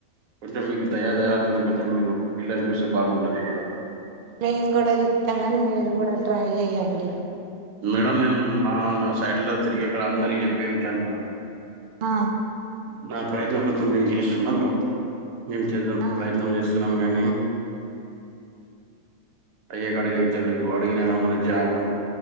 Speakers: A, on the right; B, on the right.
A: కొంచెం మీకు దయా దాయతో కొంచెం మీరు పిల్లని జూసి బాగుం ది మనం
B: మేమ్ గుడా జుత్తం గని మీరు గుడా ట్రై ఎయ్యండి
A: మేడం నేను మా న సైడ్ల తిరిగేకాడ అందరి జేప్పి ఉంచాను మేడం
B: ఆ
A: నా ప్రయత్నం మొత్తం నేను చేస్తున్నంటవ్ ప్పుడు ఏం చేస్ధం
B: ఆ
A: ప్రయత్నం చేస్తున్నాం గనీ అయ్యకడిగైతలేదు అడిగిన గమన జాబుం